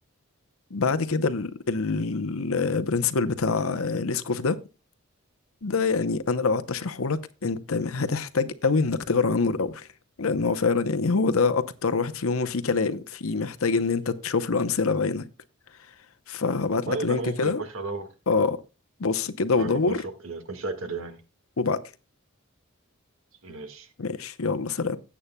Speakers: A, on the left; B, on the right.
A: بعد كده البرنسبل بتاع ليسكوف ده ده يعني انا لو قعدت اشرحه لك انت هتحتاج قوي انك تقرا عنه الاول لان هو فعلا يعني هو ده اكتر واحد فيهم فيه كلام فيه محتاج ان انت تشوف له امثله بعينك فهبعت
B: طيب
A: لك لينك
B: انا ممكن
A: كده
B: اخش ادور
A: اه بص كده ودور
B: طيب اكون شك... اكون شاكر يعني
A: وبعت لي
B: ماشي
A: ماشي يلا سلام